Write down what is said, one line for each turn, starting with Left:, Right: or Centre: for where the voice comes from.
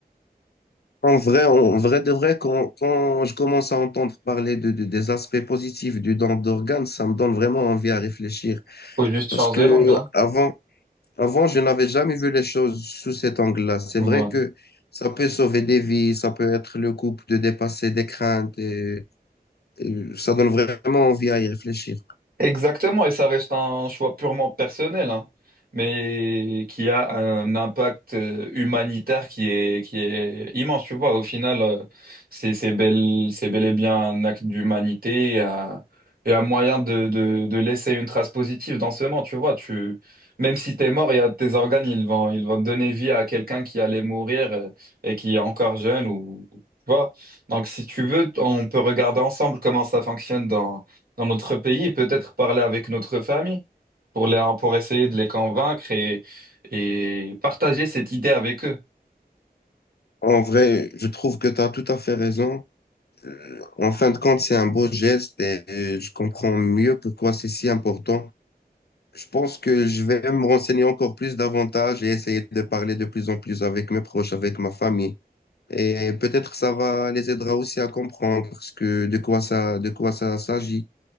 Left: En vrai, en vrai de vrai, quand, quand je commence à entendre parler de, de- des aspects positifs du don d'organes, ça me donne vraiment envie à réfléchir.
Right: Faut juste
Left: Parce
Right: changer
Left: que
Right: l'angle, hein.
Left: avant, avant, je n'avais jamais vu les choses sous cet angle-là. C'est
Right: Voilà.
Left: vrai que ça peut sauver des vies, ça peut être le couple de dépasser des craintes et, et ça donne vraiment envie à y réfléchir.
Right: Exactement, et ça reste un choix purement personnel, hein, mais qui a un impact euh, humanitaire qui est, qui est immense, tu vois. Au final, euh, c'est, c'est bel, c'est bel et bien un acte d'humanité et un, et un moyen de, de, de laisser une trace positive dans ce monde, tu vois. Tu, même si t'es mort, il y a tes organes, ils vont, ils vont donner vie à quelqu'un qui allait mourir euh, et qui est encore jeune ou, tu vois. Donc, si tu veux, on peut regarder ensemble comment ça fonctionne dans notre pays et peut-être parler avec notre famille pour les, pour essayer de les convaincre et, et partager cette idée avec eux.
Left: En vrai, je trouve que tu as tout à fait raison. Euh, En fin de compte, c'est un beau geste et euh, je comprends mieux pourquoi c'est si important. Je pense que je vais me renseigner encore plus davantage et essayer de parler de plus en plus avec mes proches, avec ma famille. Et peut-être ça va les aidera aussi à comprendre ce que, de quoi ça, de quoi ça s'agit.